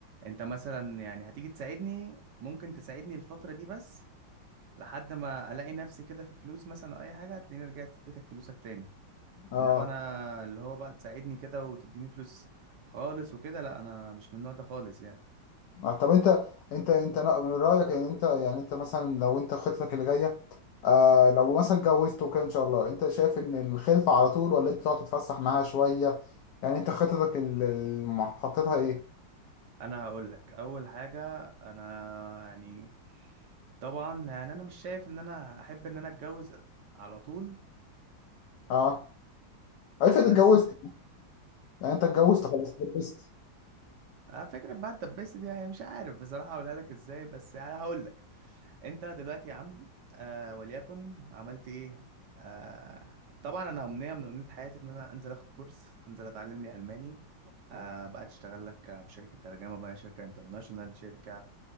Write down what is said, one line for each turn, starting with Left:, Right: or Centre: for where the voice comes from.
Right: انت مثلا يعني هتيجي تساعدني ممكن تساعدني الفترة دي بس لحد ما الاقي نفسي كده في فلوس مثلا او اي حاجة هتلاقيني رجعت اديتك فلوسك تاني
Left: اه
Right: انما انا اللي هو بقى تساعدني كده وتديني فلوس خالص وكده لا انا مش من النوع ده خالص يعني
Left: آه، طب انت انت انت نا- من رايك ان انت يعني انت مثلا لو انت خطتك اللي جايه آه لو مثلا اتجوزت وكده ان شاء الله انت شايف ان الخلفه على طول ولا انت تقعد تتفسح معاها شويه يعني انت خطتك اللي حطيتها ايه
Right: انا هقول لك اول حاجة انا يعني طبعا يعني انا مش شايف ان انا احب ان انا اتجوز على طول
Left: اه افرض
Right: بس
Left: اتجوزت يعني انت اتجوزت خلاص اتجوزت
Right: اه فكرة بقى الدباسة دي يعني مش عارف بصراحة هقولها لك ازاي بس يعني هقول لك انت دلوقتي يا عم آه وليكن عملت ايه آه طبعا انا امنية من امنية حياتي ان انا انزل اخد كورس انزل اتعلم لي الماني آه بقى تشتغل لك في شركة ترجمة بقى شركة انترناشونال شركة